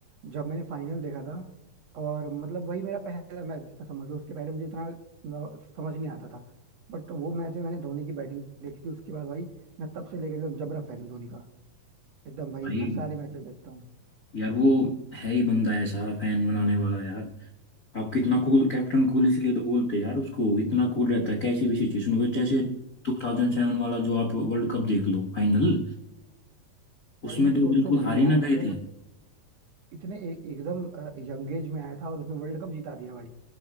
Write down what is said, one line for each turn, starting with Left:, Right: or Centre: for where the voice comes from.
Right: जब मैंने फाइनल देखा था और मतलब वही मेरा पहला मैच था समझ लो उसके पहले मुझे इतना न- समझ नहीं आता था बट वो मैच में मैंने धोनी की बैटिंग देखी थी उसके बाद भाई मैं तब से लेकर एकदम जबरा फैन हूँ धोनी का एकदम भाई
Left: भाई
Right: मैं सारे मैचेस देखता हूँ
Left: यार वो है ही बंदा ऐसा फैन बनाने वाला यार आप कितना कूल कैप्टन कूल इसलिए तो बोलते हैं यार उसको इतना कूल रहता है कैसी भी सिचुएशन
Right: Exactly
Left: हो जैसे
Right: exactly.
Left: 2007 वाला जो आप वर्ल्ड कप देख लो फाइनल उसमें
Right: भाई
Left: तो
Right: सोचो
Left: बिल्कुल
Right: भाई
Left: हार
Right: यार
Left: ही ना गए
Right: मतलब
Left: थे
Right: इतने ए, एकदम यंग एज में आया था और उसने वर्ल्ड कप जिता दिया भाई